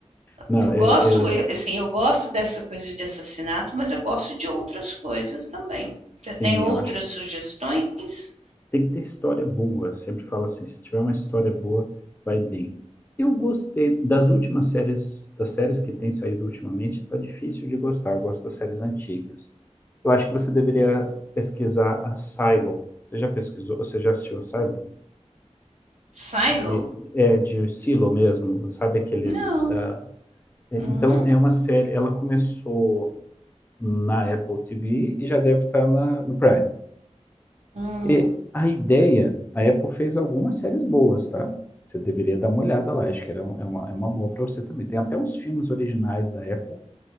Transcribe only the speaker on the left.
Não,
é,
é-
Sim,
eu acho. que
Tem que ter história boa. Sempre falo assim, se tiver uma história boa, vai bem. Eu gostei das últimas séries, das séries que têm saído ultimamente, tá difícil de gostar. Eu gosto das séries antigas. Eu acho que você deveria pesquisar a Silo. Você já pesquisou? Você já assistiu a Silo?
De- é de Silo mesmo, sabe aqueles.
ah, é,
então é uma série. Ela começou na Apple TV e já deve estar na, no Prime.
E a ideia, a Apple fez algumas séries boas, tá? Você deveria dar uma olhada lá, acho que era, um- é, uma, é uma boa para você também. Tem até os filmes originais da Apple.